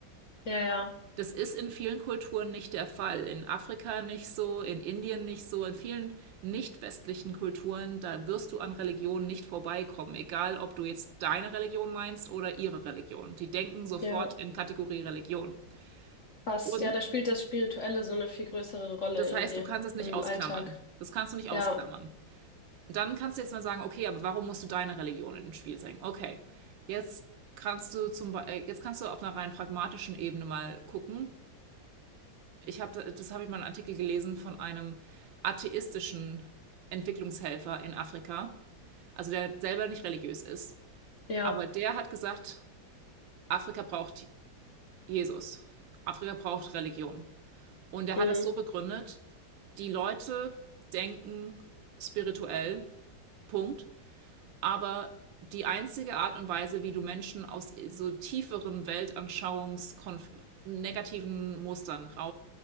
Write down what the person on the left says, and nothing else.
ja, ja,
ja,
passt.
Ja, da spielt das Spirituelle so eine viel größere Rolle
irgendwie
im
Alltag.
Ja,
ja,
mm,